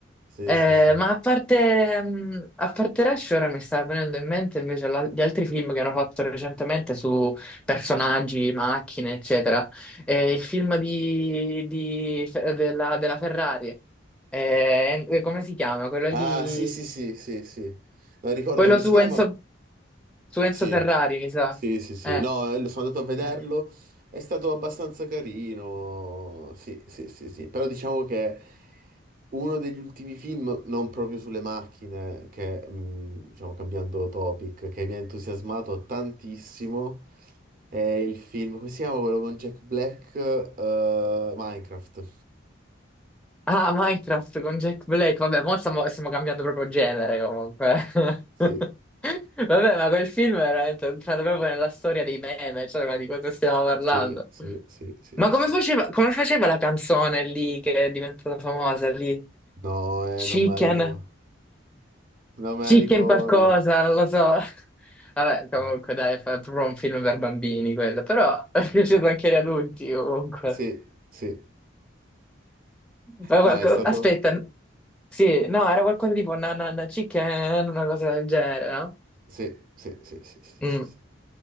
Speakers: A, on the right; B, in the centre.
A: sì,
B: Eh,
A: sì, sì.
B: ma a parte, mh, a parte Rush, ora mi sta venendo in mente invece la- gli altri film che hanno fatto recentemente su personaggi, macchine, eccetera. Eh, il film di, di- della, della Ferrari, Eh, eh, come si chiama? Quello
A: Ah,
B: lì,
A: sì, sì, sì, sì, sì. Non ricordo
B: quello
A: come
B: su
A: si chiama,
B: Enzo, su Enzo
A: Sì,
B: Ferrari, mi sa.
A: sì, sì, sì,
B: Eh.
A: no, eh, lo sono andato a vederlo,
B: eh.
A: è stato abbastanza carino, sì, sì, sì, sì, però diciamo che uno degli ultimi film, non proprio sulle macchine, che, mh, diciamo, cambiando topic, che mi ha entusiasmato tantissimo, è il film, come si chiama quello con Jack Black, Eh, Minecraft,
B: Ah, Minecraft con Jack Black. Vabbè, mo stiamo, stiamo cambiando proprio genere comunque. <laughs>
A: sì,
B: Vabbè, ma quel film è veramente entrato proprio nella storia dei meme, cioè, ma di cosa stiamo parlando?
A: sì, sì, sì, sì,
B: Ma
A: sì,
B: come faceva, come faceva la canzone lì che è diventata famosa lì?
A: no, eh,
B: Chicken,
A: non me la ricordo, non me
B: Chicken
A: la ricordo,
B: qualcosa, non lo so. Vabbè, comunque
A: Mm.
B: dai, è proprio un film per bambini quello, però <laughs> è piaciuto anche agli adulti comunque.
A: sì, sì.
B: Ma qua-
A: No, è
B: co-
A: stato...
B: Aspetta, sì, no, era qualcosa tipo nanana chicken, una cosa del genere, no?
A: Sì, sì, sì, sì, sì,
B: Mm.
A: sì, sì.